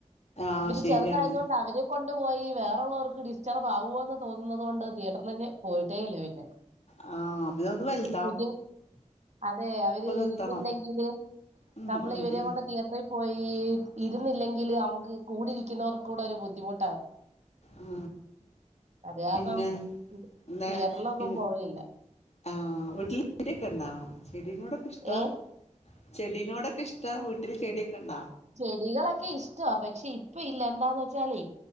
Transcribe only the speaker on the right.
ഇവര്
ചെറുതായതോണ്ടാ അവര് കൊണ്ട് പോയി വേറെള്ളോർക് ഡിസ്റ്റർബ് ആവൊന്ന് തോന്നുന്നതോണ്ട് തിയേറ്ററിൽ പോയിട്ടേയില്ല
കുഞ്ഞേ അതെ അവര് ഇരിക്കില്ലെങ്കിൽ
ഞമ്മള്
ഇവരെ
കൊണ്ട് തിയേറ്ററിൽ പോയി ഇരുന്നില്ലെങ്കിൽ നമുക്ക് കൂടെയിരിക്കുന്നവർക്കൂടെ ഒര് ബുദ്ധിമുട്ട്
അത് കാരണം
തിയേറ്ററിലൊന്നും
പോവലില്ല
ഏ
ചെടികളൊക്കെ ഇഷ്ട്ട പക്ഷേ ഇപ്പോ ഇല്ല എന്താന്ന് വെച്ചാല്